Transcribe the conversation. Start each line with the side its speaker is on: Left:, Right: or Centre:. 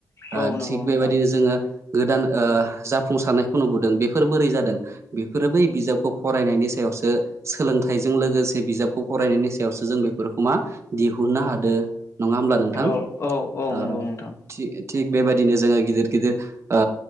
Right: ओ
Left: औ नंगौ
Right: थिग
Left: नोंथां
Right: बेबायदिनो जोङो गोदान ओ जाफुंसारनायखौ नुबोदों। बेफोर बोरै जादों बेफोरो बै बिजाबखौ फरायनायनि सायावसो सोलोंथाइजों लोगोसे बिजाबखौ फरायनायनि सायावसो जों बेफोरखौ मा दिहुननो हादो नङा होमब्ला नोंथां।
Left: औ औ औ
Right: ओ
Left: नंगौ नोंथां औ
Right: थि-थिग बेबायदिनो जोङो गिदिर गिदिर ओ